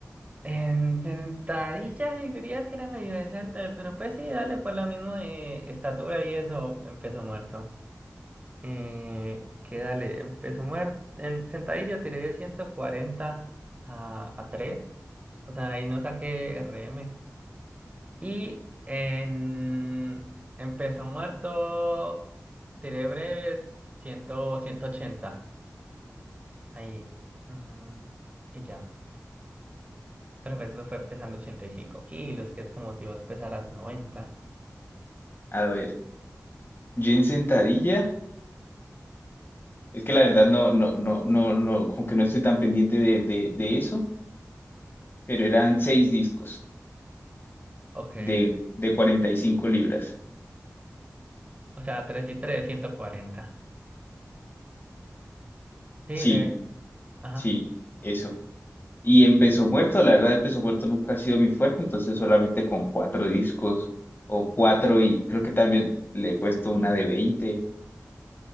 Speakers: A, on the right; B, on the left.
A: en sentadillas diría que era medio decente, pero pues sí, dale, por la misma eh, estatura y eso empezó muerto. Eh, que dale, empezó muerto. En sentadilla tiré de cuarenta a, a tres O sea, ahí no saqué RM. Y en, empezó muerto, tiré breves cien, ciento ochenta Ahí. mm, y ya. Pero pues eso fue pesando 85 kilos, que es como si vos pesaras noventa
B: A ver, yo en sentadilla, es que la verdad no, no, no, no, no, como que no estoy tan pendiente de, de, de eso, pero eran seis discos.
A: Ok.
B: de, de 45 libras.
A: O sea, 3 y tres ciento cuarenta Sí,
B: Sí,
A: breve. Ajá.
B: sí, eso. Y en peso muerto, la verdad, el peso muerto nunca ha sido mi fuerte, entonces solamente con cuatro discos o cuatro y creo que también le he puesto una de veinte